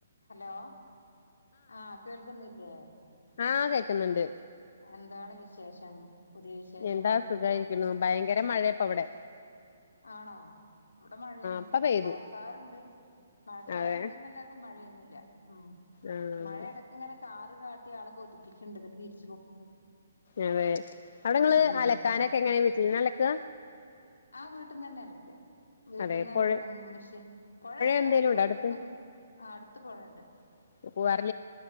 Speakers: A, on the left; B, on the left.
A: Hello ആ കേൾക്കുന്നില്ലേ
B: ആ കേക്കുന്നുണ്ട്
A: എന്താണ് വിശേഷം പുതിയ വിശേഷങ്ങൾ
B: എന്താ
A: എന്തൊക്കെയാ
B: സുഖായിരികുണു ഭയങ്കര മഴേ പവിടെ
A: ആണോ ഇവിടെ മഴന്നൂല്യ
B: ഇപ്പ പെയ്തു
A: മഴക്കാറണ്ട് മഴക്കാറുണ്ടെന്നല്ലാതെ
B: അതെ
A: മഴയൊന്നുല്ല്യ മ്
B: ആഹ്
A: മഴ എടക്കങ്ങനെ <unintelligible> കാട്ടി ആളെ കൊടിപ്പിക്കിണ്ട് <unintelligible>
B: അതെ അവിടെങ്ങള്
A: ഉം
B: അലക്കാനൊക്കെ എങ്ങനെ വീട്ടിന്നലക്ക
A: ആ വീട്ടുന്നന്നെ അലക്ക് വീട്ടന്ന്
B: അതെ
A: അലക്കും
B: പുഴ
A: മിഷേ പുഴ അടുത്താണ്
B: എന്തേലും ഉണ്ടോ
A: പുഴേക്കൊന്നും
B: അടുത്ത്
A: ആ അടുത്ത് പുഴണ്ട്
B: <unintelligible>